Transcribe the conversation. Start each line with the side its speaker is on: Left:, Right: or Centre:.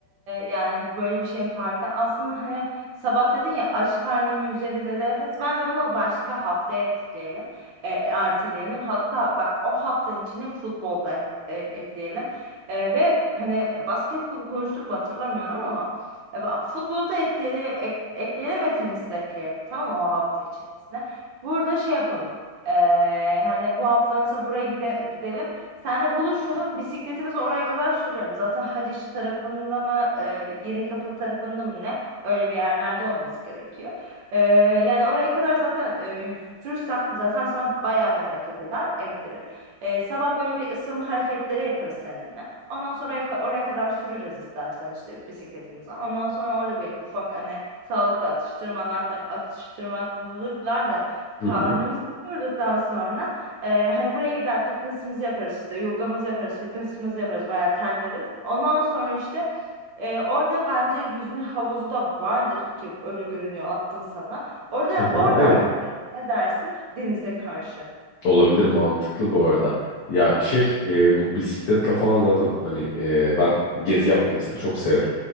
Right: yani böyle bir şey yaparken aslında hani sabah dedin ya aç karnın yüzeriz ederiz. Bence onu başka haftaya etkileyelim. e, e, erteleyelim. Hatta bak o haftanın içine futbolda ekleyelim. Ee, ve hani basketbolu konuştuk mu hatırlamıyorum ama e, bak, Futbolda etleri ek- ekleyelim ve tenisi de ekleyelim. Tamam mı o hafta içerisinde. Burada şey yapalım. E, hani bu hafta mesela buraya gide gidelim. Seninle buluşalım. Bisikletimizi oraya kadar sürelim. Zaten Haliç tarafında mı e, Yenikapı tarafında mı ne? Öyle bir yerlerde olması gerekiyor. E, yani oraya kadar zaten e, sürsen zaten sana bayağı bir hareket eder, ettirir. E, sabah böyle bir ısınma hareketleri yaparız seninle. Ondan sonra oraya, oraya kadar sürürüz istersen işte bisikletimizi. Ondan sonra orada bir ufak hani sağlıklı atıştırmalarla, atıştırmalıklarla karnımızı
Left: Hı hı.
Right: doyurduktan sonra e, hani buraya gider fitness'ımızı yaparız işte yogamızı yaparız, fitness'ımızı yaparız bayağı terleriz. Ondan sonra işte e, orada bence yüzme havuzu da vardır ki öyle görünüyor attın sana. Orada
Left: Aha,
Right: orada
Left: evet.
Right: yüzelim. Ne dersin? Denize karşı.
Left: Olabilir mantıklı bu arada. Ya şey e, bu bisikletle falan zaten hani e, ben gezi yapmayı mesela çok severim.